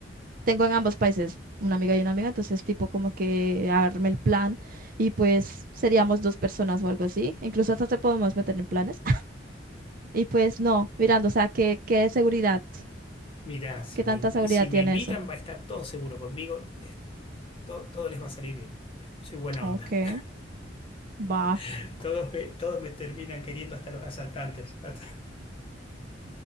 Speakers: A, on the right (about 50°); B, on the left (about 30°).
A: tengo en ambos países una amiga y una amiga, entonces tipo como que arme el plan y pues seríamos dos personas o algo así, incluso hasta te podemos meter en planes. Y pues no, mirando, o sea, ¿qué, qué seguridad?
B: Mirá, si
A: ¿Qué
B: me,
A: tanta
B: invi-
A: seguridad
B: si me
A: tiene
B: invitan
A: eso?
B: va a estar todo seguro conmigo, de- to- todo, les va a salir bien. Soy buena
A: Ok,
B: onda.
A: va,
B: <laughs> Todos me, todos me terminan queriendo hasta los asaltantes. <laughs>